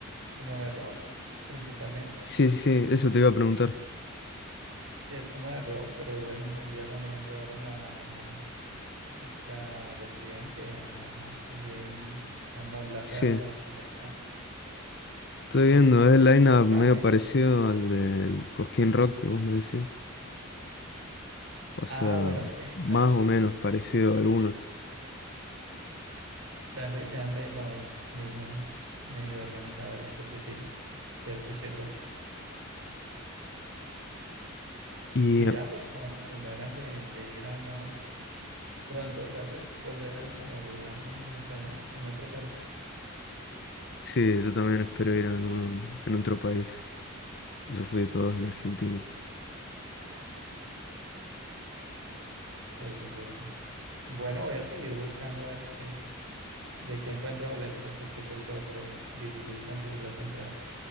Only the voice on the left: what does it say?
Sí, sí, sí, eso te iba a preguntar.
Sí,
estoy
viendo, es el line-up medio
parecido al del Cosquín Rock que vos me decías. O sea,
más
o menos parecido a algunos.
Y
eh,
sí, yo también espero ir a alguno en otro país. Yo fui de todos en Argentina.